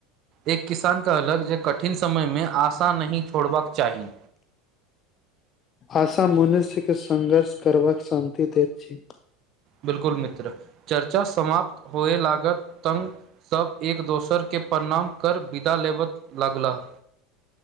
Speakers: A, on the right (about 45°); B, on the left (about 35°).
A: एक किसान कहलक जे कठिन समयमे आशा नहि छोड़बाक चाही
B: आशा मनुष्यके संघर्ष करबाक शान्ति दैत छी
A: बिल्कुल मित्र चर्चा समाप्त होए लागत तंग सब एक दोसरके प्रणाम कर विदा लेबय लगलाह